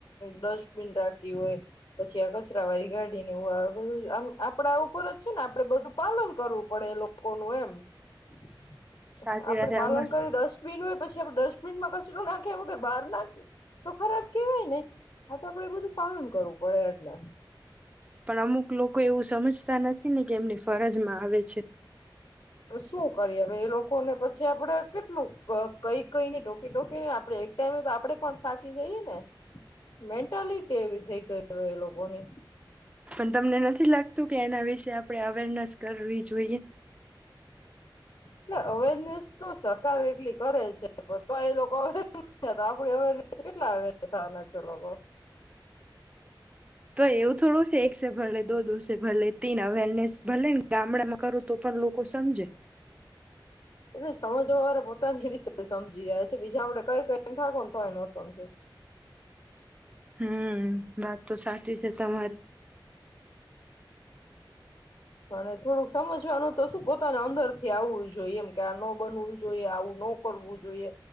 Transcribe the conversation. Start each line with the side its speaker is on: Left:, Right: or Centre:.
Left: ડસ્ટબીન રાખ્યું હોય પછી આ કચરા વાળી ગાડી નેવું આવ ધુ આપડા ઉપર જ છે ને આપડે બધું પાલન કરવું પડે એ લો કોનું એમ. <inaudible>
Right: સાચી
Left: આપડે
Right: વાત
Left: પાલન
Right: અમા
Left: કરી ડસ્ટબિન હોય પછી આપડે ડસ્ટબ ડસ્ટબિન મા કચરો નાખ્યા વગર બહાર નાખ તો ખરાબ કેવાય ને, આ તો આપડે એ બધું પાલન કરવું પડે એટલે
Right: પણ અમુક લોકો એવું સમજતા નથી ને કે એમની ફરજમાં આવે છે
Left: શું કરીએ હવે એ લોકો ને પછી આપણે કેટલું કઈ, કઈને ટોકી, ટોકી આપે એક ટાઈમે તો આપણેે પણ થાકી જઈએ ને મેન્ટાલિટી એવી થઈ ગઈ હો એ લોકોની
Right: પણ તમને નથી લાગતું કે એના વિશેે આપણે અવેરનેસ કરવી જોઈએ
Left: એટલે અવેરનેસ તો સરકાર એટલી કરે છે તોય લોકો <unintelligible> આપણી અવેરનેસ <unintelligible> લોકો <inaudible>
Right: તો એવું થોડું સે એક સે ભલે દો, દોસે ભલે તીન, અવેરનેસ ભલે ને ગામડામાં કરો તો પણ લોકો સમજે
Left: એટલે સમજવા વાળ પોતાની રીતે સમજી જાય છે બીજા આપડે કઈ કઈને ઠાકો તોય ન સમજે
Right: હમ, વાત તો સાચી છે તમારી
Left: અને થોડુંક સમજવાનું તો શું પોતાને અંદર થી આવવું જોઈએ એમ કે આ ન બનવું જોઈએ આવું ન કરવું જોઈએ